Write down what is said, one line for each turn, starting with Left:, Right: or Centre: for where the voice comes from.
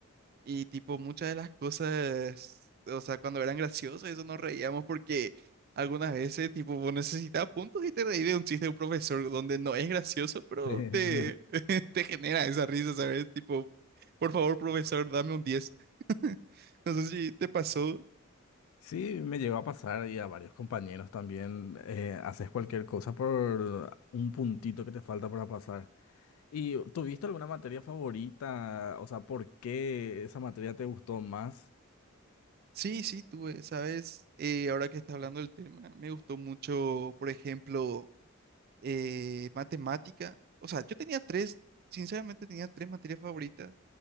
Right: Y tipo, muchas de las cosas, o sea, cuando eran graciosas, eso nos reíamos porque algunas veces, tipo, vos necesitabas puntos y te reí de un chiste de un profesor donde no es gracioso, pero
Left: <laughs>
Right: te, <laughs> te genera esa risa, ¿sabes? Tipo, por favor, profesor, dame un diez <laughs> No sé si te pasó.
Left: sí, me llegó a pasar y a varios compañeros también, eh, haces cualquier cosa por un puntito que te falta para pasar. ¿Y tuviste alguna materia favorita? O sea, ¿por qué esa materia te gustó más?
Right: Sí, sí, tuve, ¿sabes? Eh, ahora que está hablando del tema, me gustó mucho, por ejemplo, eh, matemática. O sea, yo tenía tres, sinceramente tenía tres materias favoritas.